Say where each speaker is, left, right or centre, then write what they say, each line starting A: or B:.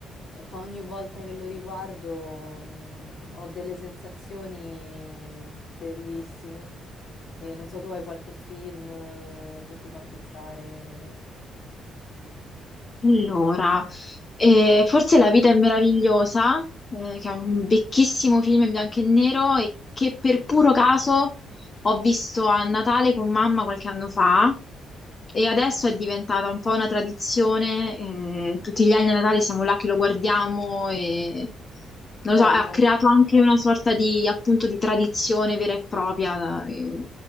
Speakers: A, on the left (about 60°); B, on the left (about 35°).
A: e qua ogni volta che lo riguardo mm, ho delle sensazioni bellissime. E non so, tu hai qualche film eh, che ti fa pensare
B: Allora, eh, forse La vita è meravigliosa, eh, che è un vecchissimo film in bianco e nero e che per puro caso ho visto a Natale con mamma qualche anno fa e adesso è diventata un po' una tradizione, eh, tutti gli anni a Natale siamo là che lo guardiamo e non
A: bello?
B: lo so, ha creato anche una sorta di, appunto, di tradizione vera e propria. eh,